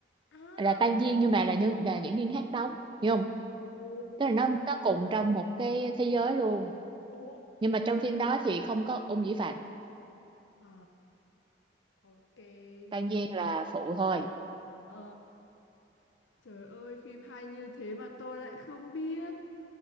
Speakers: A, on the left; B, on the right.
A: À,
B: là Tan Duyên nhưng mà là nhân là diễn viên khác đóng hiểu không
A: ồ,
B: tức là nó nó cùng trong một cái thế giới luôn
A: ồ.
B: nhưng mà trong phim đó thì không có Ung Dĩ Phạm
A: Ờ, ok.
B: Tan Giang là phụ thôi
A: Ờ, trời ơi, phim hay như thế mà tôi lại không biết.